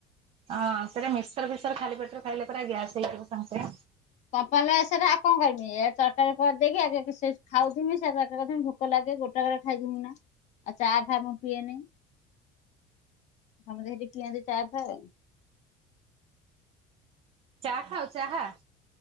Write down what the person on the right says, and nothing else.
ହଁ ସେଟା ମିରଶ୍ଚ ଫିଶ୍ଚର ଖାଲି ପେଟରେ ଖାଇଲେ ପରା, ଗ୍ୟାସ୍ ହେଇଥିବ ସାଙ୍ଗେ,
ଆହୁ ଚାହା।